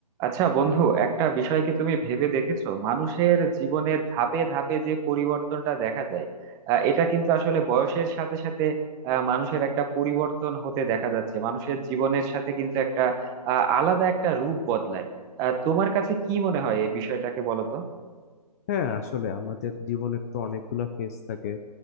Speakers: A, on the right; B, on the left.
A: আচ্ছা বন্ধু একটা বিষয় কি তুমি ভেবে দেখেছো মানুষের জীবনের ধাপে ধাপে যে পরিবর্তনটা দেখা যায় আহ, এটা কিন্তু আসলে বয়সের সাথে সাথে আহ, মানুষের একটা পরিবর্তন হতে দেখা যাচ্ছে মানুষের জীবনের সাথে কিন্তু একটা আহ, আলাদা একটা রূপ বদলায় আহ, তোমার কাছে কি মনে হয় এই বিষয়টাকে বলো তো
B: হ্যাঁ আসলে আমাদের জীবনের তো অনেকগুলা ফেজ থাকে